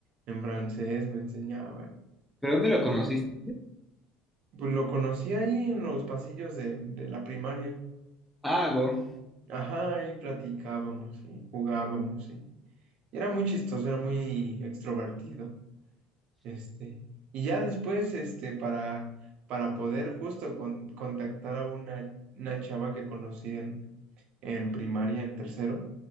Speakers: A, on the right; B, in the centre.
A: en francés, me enseñaba.
B: ¿Pero dónde lo conociste?
A: Y pues lo conocí ahí en los pasillos de, de la primaria.
B: Ah, wow.
A: Ajá, y platicábamos, y jugábamos, sí. Y era muy chistoso, era muy extrovertido. Este, y ya después, este, para, para poder justo con- contactar a una, una chava que conocí en, en primaria, en tercero,